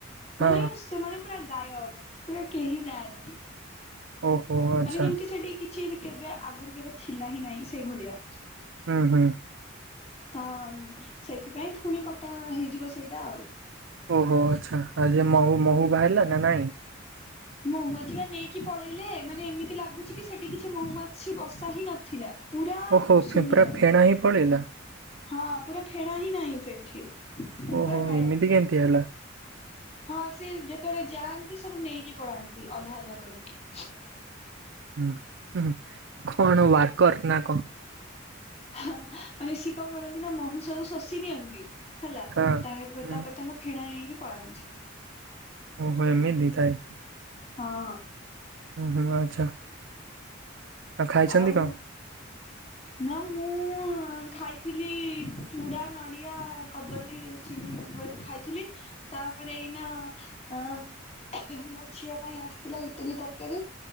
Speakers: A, on the right (about 65°); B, on the left (about 30°).
A: ହଁ
B: ମାନେ ସେମାନେ ପୁରା ଗାୟକ ପୁରା କେହି ନାହାନ୍ତି।
A: ଓହୋ ଆଚ୍ଛା
B: ମାନେ ଯେମିତି ସେଠି କିଛି କେବେ ଆଗରୁ କେବେ ଥିଲା ହିଁ ନାହିଁ ସେଇଭଳିଆ।
A: ହୁଁ ହୁଁ।
B: ତ ସେଥିପାଇଁ ପୁଣି କଟା ହେଇଯିବ ସେଇଟା ଆଉ।
A: ଓହୋ ଆଚ୍ଛା ଆଉ ଯେ ମହୁ ମହୁ ବାହାରିଲ ନା ନାଇଁ।
B: ମହୁମାଛି ବା ନେଇକି ପଳେଇଲେ ମାନେ ଏମିତି ଲାଗୁଛି କି ସେଠି କିଛି ମହୁମାଛି ବସା ହିଁ ନଥିଲା। ପୁରା
A: ଓହୋ
B: ଶୂନ୍ୟ।
A: ଫେ- ପୁରା ଫେଣା ହିଁ ପଳେଇଲା
B: ହଁ ପୁରା ଫେଣା ହିଁ ନାହିଁ ସେଠି ପୁରା
A: ଓହୋ
B: ଗାୟବ।
A: ଏମିତି କେମିତି ହେଲା <unintelligible>
B: ହଁ ସିଏ ଯେତେବେଳେ ଯାଆନ୍ତି ସବୁ ନେଇକି ପଳାନ୍ତି ଅଧା ଅଧା କରିକି।
A: ହୁଁ ହୁଁ କଣ ୱାର୍କର ନା କଣ?
B: ହ ମାନେ ସିଏ କଣ କରନ୍ତି ନା ମହୁ ସବୁ ଶୋଷି ନିଅନ୍ତି। ହେଲା
A: ହଁ
B: ତାଙ୍କ
A: ହୁଁ
B: ତାପରେ ତାଙ୍କ ଫେଣା ନେଇକି ପଳାନ୍ତି।
A: ଓ ହୋ ଏମିଦି ଥାଏ।
B: ହଁ।
A: ହୁଁ ହୁଁ ଆଚ୍ଛା। ଖାଇଛନ୍ତି
B: ଆଉ।
A: କଣ
B: ନା ମୁଁ ଖାଇଥିଲି ଚୁଡ଼ା ନଡ଼ିଆ କଦଳୀ। ଚିନି ବଳି ଖାଇଥିଲି ତାପରେ ଏଇନା ଅ ମୋ ଝିଅ ପାଇଁ ଆସିଥିଲା ଇଟିଲି ତରକାରୀ